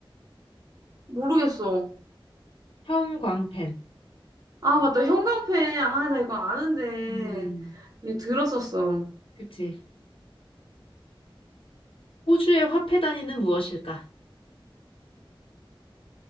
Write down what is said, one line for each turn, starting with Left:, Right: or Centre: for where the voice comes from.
Right: 모르겠어.
Left: 형광펜.
Right: 아, 맞다. 형광펜. 아, 나 이거 아는데.
Left: 음,
Right: 이거 들었었어.
Left: 그치. 호주의 화폐 단위는 무엇일까?